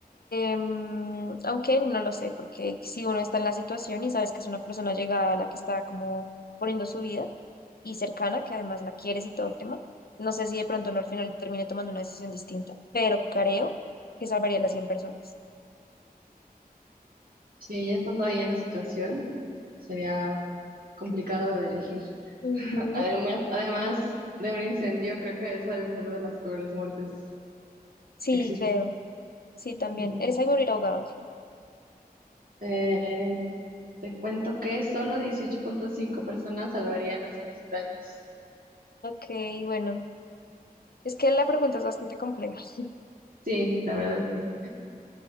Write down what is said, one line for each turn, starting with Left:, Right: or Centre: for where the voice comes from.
Left: Em, aunque no lo sé, porque si uno está en la situación y sabes que es una persona llegada a la que está como poniendo su vida y cercana, que además la quieres y todo el tema, no sé si de pronto no al final termine tomando una decisión distinta, pero creo que salvaría a las cien personas.
Right: Sí, ya estando ahí en la situación, sería complicado de elegir. <laughs>
Left: Ujú,
Right: Además, además de un incendio, creo que esa debe ser de las peores muertes
Left: Sí,
Right: que existen.
Left: creo. Sí, también.
Right: Ujú.
Left: Esa y morir ahogado.
Right: Eh, te cuento que solo dieciocho punto cinco personas salvarían a 100 extraños.
Left: Ok, bueno, es que la pregunta es bastante compleja. <laughs>
Right: Sí, la verdad, sí.